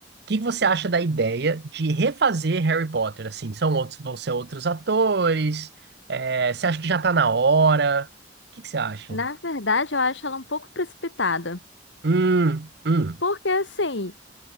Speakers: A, on the right; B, on the left.
A: que que você acha da ideia de refazer Harry Potter? Assim, são outros, vão ser outros atores? É, Você acha que já tá na hora? O que, que você
B: <laughs>
A: acha?
B: Na verdade, eu acho ela um pouco precipitada.
A: Hum, hum.
B: Porque, assim,